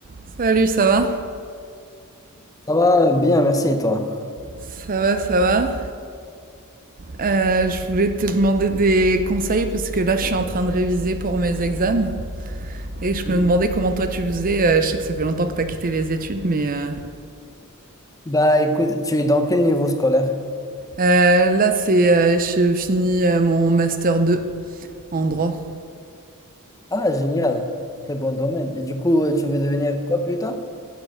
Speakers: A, on the right; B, on the left.
A: Salut, ça va?
B: Ça va bien, merci et toi?
A: Ça va, ça va. Euh, je voulais te demander des conseils parce que là, je suis en train de réviser pour mes examens et je
B: Oui.
A: me demandais comment toi tu faisais. Euh, je sais que ça fait longtemps que t'as quitté les études, mais euh,
B: Bah écoute, tu es dans quel niveau scolaire?
A: euh, là, c'est euh, je finis euh, mon master deux en droit.
B: Ah, génial, très bon domaine. Et du coup, euh, tu veux devenir quoi plus tard?